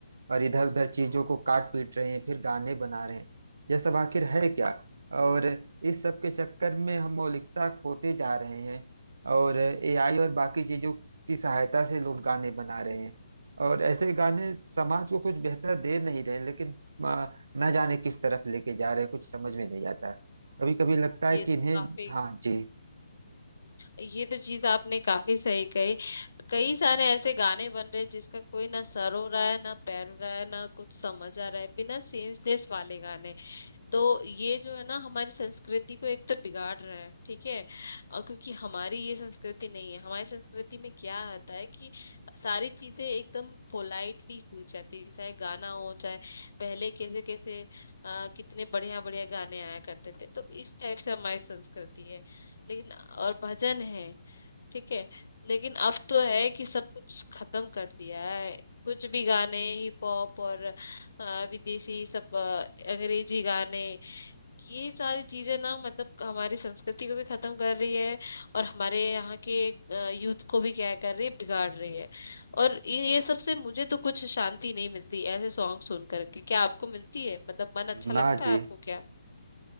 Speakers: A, on the right; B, on the left.
A: और इधर उधर चीजों को काट पीट रहे हैं फिर गाने बना रहे हैं यह सब आखिर है क्या और इस सब के चक्कर में हम मौलिकता खोते जा रहे हैं और एआई और बाकी चीजों की सहायता से लोग गाने बना रहे हैं और ऐसे गाने समाज को कुछ बेहतर दे नहीं रहे लेकिन आ, न जाने किस तरफ लेके जा रहे हैं कुछ समझ में नहीं आता कभी कभी लगता है
B: ये
A: कि इन्हें
B: तो काफी
A: हाँ जी
B: ये तो चीज आपने काफी सही कही कई सारे ऐसे गाने बन रहे हैं जिसका कोई ना सर हो रहा है ना पैर हो रहा है ना कुछ समझ आ रहा है बिना सेंसलेस वाले गाने तो ये जो है ना हमारी संस्कृति को एक तो बिगाड़ रहा है ठीक है और क्योंकि हमारी ये संस्कृति नहीं है हमारी संस्कृति में क्या होता है कि सारी चीजें एकदम पोलाइटली हो जाती है चाहे गाना हो चाहे पहले कैसे कैसे अ, कितने बढ़िया बढ़िया गाने आया करते थे तो इस टाइप से हमारी संस्कृति है लेकिन और भजन है ठीक है लेकिन अब तो है कि सब कुछ खत्म कर दिया है कुछ भी गाने हिप हॉप और अ, विदेशी सब अ, अंग्रेजी गाने ये सारी चीजें ना मतलब हमारी संस्कृति को भी खत्म कर रही है और हमारे यहाँ के यूथ को भी क्या कर रही है बिगाड़ रही है और ये ये सब से मुझे तो कुछ शांति नहीं मिलती ऐसे सॉन्ग सुन करके क्या आपको मिलती है मतलब मन अच्छा
A: ना
B: लगता
A: जी
B: है आपको क्या